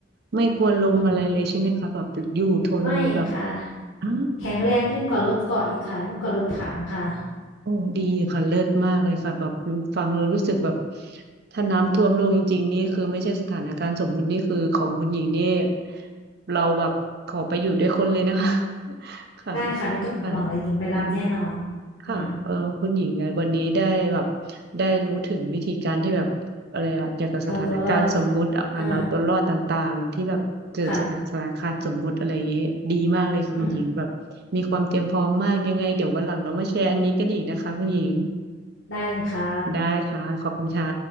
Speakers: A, on the right (about 55°); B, on the left (about 75°).
A: ไม่กลัวลมอะไรเลยใช่ไหมคะแบบอยู่ทนแบบ
B: อืมไม่ค่ะ
A: อ่า
B: แข็งแรงยิ่งกว่ารถเกาะอีกค่ะยิ่งกว่ารถถังค่ะ
A: โอ้ดีค่ะเลิศมากเลยค่ะแบบรู้ฟังเรารู้สึกแบบถ้าน้ำท่วมโลกจริงๆนี่คือไม่ใช่สถานการณ์สมมุตินี่คือของคุณหญิงนี่เราแบบขอไปอยู่ด้วยคนเลยนะคะ <laughs> ค่ะ
B: ได้ค่ะไม่ต้องห่วงแล้วหญิงไปรับแน่นอน
A: ค่ะอืม ค่ะเออคุณหญิงไงวันนี้ได้แบบ
B: อืม
A: ได้รู้ถึงวิธีการที่แบบอะไรอะเกี่ยวกับสถานการณ์สมมุติอะการเอาตัวรอดต่างๆที่แบบเกิดสถานการณ์สมมุติอะไรอย่างนี้ดีมากเลยค่ะคุณหญิงแบบมีความเตรียมพร้อมมากยังไงเดี๋ยววันหลังเรามาแชร์อันนี้กันอีกนะคะคุณหญิง
B: เอาตัวรอดเนาะอ่าค่ะอืมได้เลยค่ะ
A: ได้ค่ะขอบคุณค่ะ